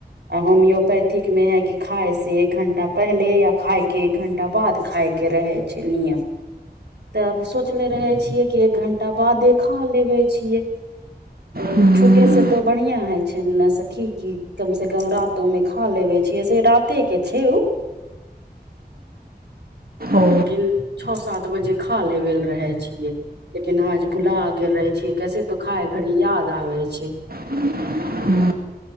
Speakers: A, on the right (about 90°); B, on the right (about 60°).
A: आ होम्योपैथिक में है कि खाय से एक घंटा पहले या खाय के एक घंटा बाद खाय के रहय छैय नियम तब सोचले रहय छियै कि एक घंटा बादे खा लेबे छियै ए
B: ह्म
A: छूटे से त बढ़िया होय छैय नै सखी की कम से कम रात तओमे खालेबे छीये से राते के छैय उ
B: ओ
A: लेकिन छः सात बजे खा लेबल रहय छियै लेकिन आज भुला गेल रहय छियै कैसे तऽ खाय घड़ी याद आबय छैय
B: <inaudible>